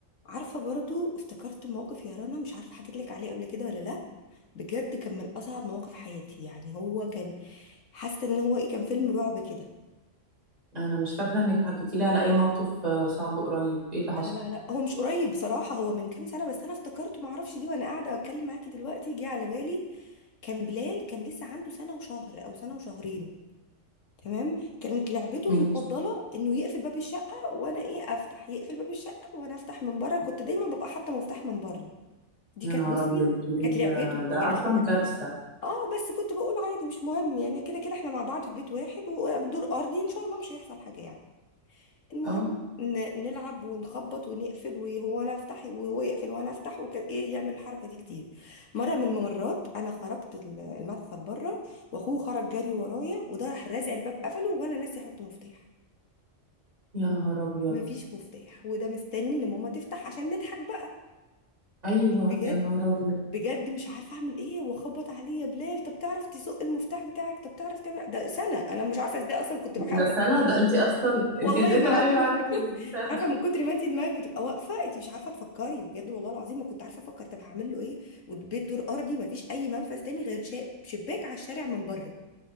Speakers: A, on the left; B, on the right.
A: عارفة برضو افتكرت موقف يا رنا مش عارفة حكيت لك عليه قبل كده ولا لا بجد كان من أصعب مواقف حياتي يعني هو كان حاسة إن هو إيه، كان فيلم رعب كده
B: انا مش فاكره انك حكيتي لي على اي موقف آه، صعب قريب ايه اللي حصل
A: لا لا لا هو مش قريب بصراحة هو من كام سنة بس أنا افتكرته معرفش دي وأنا قاعدة بتكلم معاكي دلوقتي جه على بالي كان بلال كان لسه عنده سنة وشهر أو سنة وشهرين تمام كانت لعبته
B: ماشي
A: المفضلة إنه يقفل باب الشقة وأنا إيه أفتح يقفل باب الشقة وأنا أفتح من بره كنت دايما ببقى حاطة مفتاح من بره دي
B: يا
A: كانت
B: نهار
A: بصي
B: ابيض دي-
A: كانت لعبته بجد
B: ده اصلا
A: يعني
B: كارثه
A: اه بس كنت بقول عادي مش مهم يعني كده كده احنا مع بعض في بيت واحد ودور ارضي ان شاء الله مش هيحصل حاجه يعني المهم
B: اه
A: ن- نلعب ونخبط ونقفل وهو انا افتح وهو يقفل وانا افتح وكده ايه يعمل الحركه دي كتير مره من الممرات انا خرجت ال- المدخل بره واخوه خرج جري ورايا وده راح رازع الباب قفله وانا ناسي احط مفتاح
B: يا نهار ابيض
A: مفيش مفتاح وده مستني ان ماما تفتح عشان نضحك بقى
B: ايوه
A: بجد
B: يا نهار ابيض
A: بجد مش عارفه اعمل ايه واخبط عليه يا بلال طب تعرف تزق المفتاح بتاعك طب تعرف تعمل ده سنه انا مش عارفه ازاي اصلا كنت بحاول
B: ده سنه
A: احديه
B: ده انت اصلا
A: والله
B: انت ازاي
A: ما
B: تلعبي
A: عارفه
B: عليها زي
A: <laughs>
B: دي سنه
A: عارفه من كتر ما انت دماغك بتبقى واقفه انت مش عارفه تفكري بجد والله العظيم ما كنت عارفه افكر طب هعمل له ايه والبيت دور ارضي ما فيش اي منفذ تاني غير شا- شباك على الشارع من بره